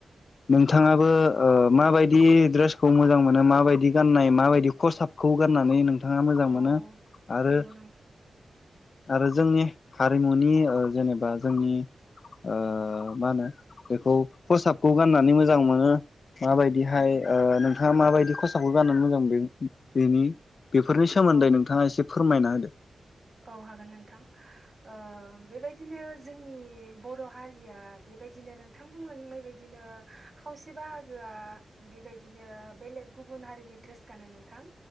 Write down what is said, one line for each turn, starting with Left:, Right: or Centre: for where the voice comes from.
Left: नोंथाङाबो ओ माबायदि ड्रेसखौ मोजां मोनो माबायदि गाननाय माबायदि खसाबखौ गाननानै नों- थाङा मोजां मोनो
Right: औ नंगौ नोंथां औ
Left: आरो
Right: नंगौ
Left: आरो जोंनि हा मुंनि ओ जेनेबा जोंनि ओ मा होनो बेखौ खसाब- खौ गाननानै मोजां मोनो माबायदिहाय
Right: नोंथां
Left: ओ नोंथाङा माबायदि खसाबखौ गाननो मोजां बें बेनि बेफोरनि सोमोन्दै
Right: औ
Left: नोंथाङा एसे फोरमायना होदो।
Right: औ हागोन नोंथां। ओ बेबायदिनो जोंनि बर हारिया बे बायदिनो नोंथां बुंलांनाय बायदिनो खावसे बाहागोआ बेबायदिनो बेलेग गुबुन हारिनि ड्रेस गानो नोंथां